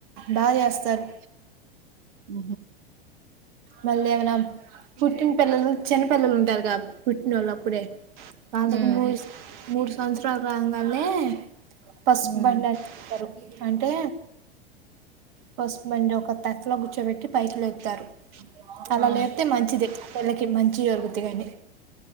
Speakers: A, on the right; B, on the right.
A: బాగా చేస్తారు
B: ఉ
A: మళ్ళీ ఏమనా పుట్టిన పిల్లలు చిన్న పిల్లలు ఉంటారు గా పుట్టినోళ్ళు అప్పుడే వాళ్ళకి
B: ఉమ్
A: మూడు మూడు సంవత్సరాలు రాంగనె పసుపు
B: ఉమ్
A: బండి ఇతరు అంటే పసుపు బండి ఒక తట్టలో గుచ్చోబెట్టి పైకి లేపుతారు అలా
B: ఆ
A: లేప్తే మంచిది ఆ పిల్లకి మంచిది జరుగుతాయని